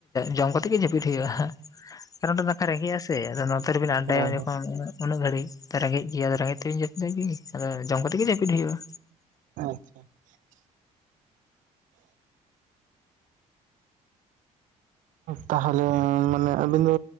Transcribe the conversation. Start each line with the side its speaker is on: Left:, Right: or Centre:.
Left: ᱡᱚᱢ ᱠᱟᱛᱮᱜ ᱜᱮ ᱡᱟᱹᱯᱤᱫ ᱦᱩᱭᱩᱜᱼᱟ᱾ ᱠᱟᱨᱚᱱ ᱱᱚᱰᱮ ᱱᱟᱝᱠᱷᱟ ᱨᱮᱸᱜᱮᱡ ᱟᱥᱮ ᱟᱫᱚ ᱱᱚᱛᱮ ᱨᱮᱵᱤᱱ ᱟᱰᱟᱭᱟ
Right: ᱦᱳᱭ
Left: ᱩᱱ
Right: ᱦᱳᱭ
Left: ᱡᱚᱠᱷᱚᱱ ᱩᱱᱟᱹᱜ ᱜᱷᱟᱹᱲᱤᱡ ᱨᱮᱸᱜᱮᱡ ᱜᱮᱭᱟ ᱟᱫᱚ ᱨᱮᱸᱜᱮᱡ ᱛᱮᱵᱤᱱ ᱡᱟᱹᱯᱤᱫᱟ ᱠᱤ ᱟᱫᱚ ᱡᱚᱢ ᱠᱟᱛᱮ ᱜᱮ ᱡᱟᱹᱯᱤᱫ ᱦᱩᱭᱩᱜᱼᱟ᱾
Right: <inaudible> ᱛᱟᱦᱚᱞᱮ ᱢᱟᱱᱮ ᱟᱹᱵᱤᱱ ᱫᱚ